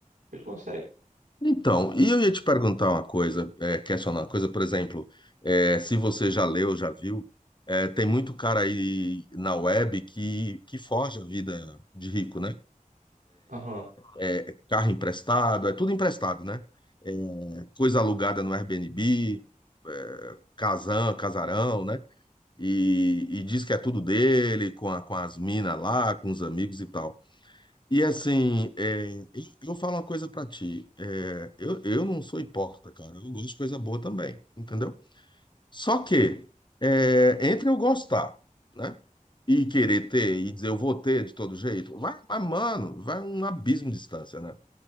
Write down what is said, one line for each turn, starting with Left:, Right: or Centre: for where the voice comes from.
Right: ele consegue.
Left: Então, e eu ia te perguntar uma coisa, é, questionar uma coisa, por exemplo, é, se você já leu, já viu, é, tem muito cara aí na web que, que forja a vida de rico, né?
Right: Aham.
Left: é é carro emprestado, é tudo emprestado, né? É coisa alugada no Airbnb, é, casão, casarão, né? E, e diz que é tudo dele, com, a- com as minas lá, com os amigos e tal. E assim, é, eu eu falo uma coisa pra ti. é, eu, eu não sou hipócrita, cara. Eu gosto de coisa boa também, entendeu? Só que, é, entre eu gostar, né? E querer ter, e dizer eu vou ter de todo jeito, vai, vai, mano, vai um abismo de distância, né?